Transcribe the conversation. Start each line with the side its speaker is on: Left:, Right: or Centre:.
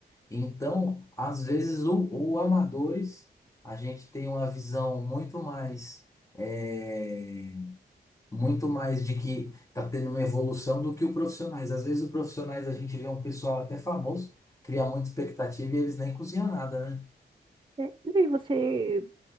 Left: Então, às vezes o, o amadores a gente tem uma visão muito mais é, muito mais de que tá tendo uma evolução do que o profissionais. Às vezes o profissionais a gente vê um pessoal até famoso, cria muita expectativa e eles nem cozinham nada, né?
Right: É, e aí você